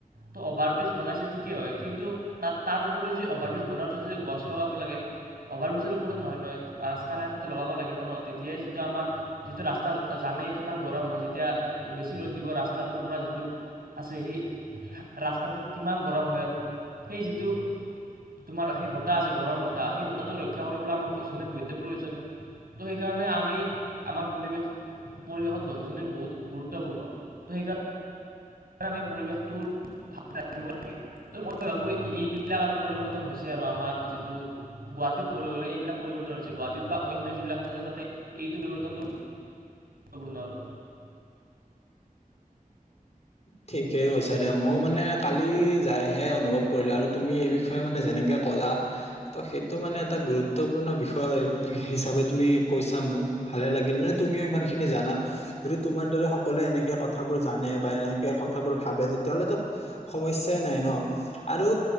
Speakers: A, on the right (about 85°); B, on the left (about 50°).
A: ত' অভাৰ ব্ৰিজ বনাইছে ঠিকেই হয় কিন্তু তাত তাৰ উপৰি যে অভাৰ ব্ৰিজ বনাৰ পিছতে গছ লগাব লাগে অভাৰব্ৰিজৰ ওপৰত নহয় নহয় ৰাস্তা কষতেটো লগাব লাগিব ন তেতিয়াই যিটো আমাৰ যিটো ৰাস্তা জানেই কিমান গৰম হয় যেতিয়া বেছি ৰ'দ দিব ৰাস্তাটোৰ পৰা যিটো আছে সি ৰাস্তাটোত কিমান গৰম হয় আৰু সেই যিটো তোমাৰ সেই বতাহ আছে গৰম বতাহ সেই বতাহটো ৰক্ষা কৰিবলৈ আমাক গছ গছনিৰ বদ্য প্ৰয়োজন। ত' সেইকাৰণে আমি আমাৰ পৰিৱেশ পৰিৱেশত গছ গছনিৰ বহুত গুৰুত্বপূৰ্ণ ত' সেইকাৰণে তাতে আমি পৰিৱেশটোত ভালে ৰাখিব লাগে। ত' মই ভাবো এইবিলাক আৰু পৰিৱৰ্তন হৈছে আৰু। আমাৰ যিটো গুৱাহাটীত কবলৈ গ'লে এইবিলাক পৰিৱৰ্তন হৈছে। গুৱাহাটীত বা অন্য যিবিলাক আছে তাতে এইটো পৰিৱৰ্তনটো গুৰুত্বপুৰ্ন আৰু।
B: ঠিকেই কৈছা দিয়া। মইও মানে কালি যাইহে অনুভৱ কৰিলো, আৰু তুমি এই বিষয়ে মানে যেনেকে ক'লা। তো সেইটো মানে এটা গুৰুত্বপূৰ্ণ বিষয় হিচাপে তুমি কৈছা মোক। ভালেই লাগিল মানে তুমিও ইমান খিনি জানা। যদি তোমাৰ দৰে সকলোৱে এনেকে কথাবোৰ জানে বা এনে কথাবোৰ ভাবে তেতিয়াহ'লেতো সমস্যাই নাই ন। আৰু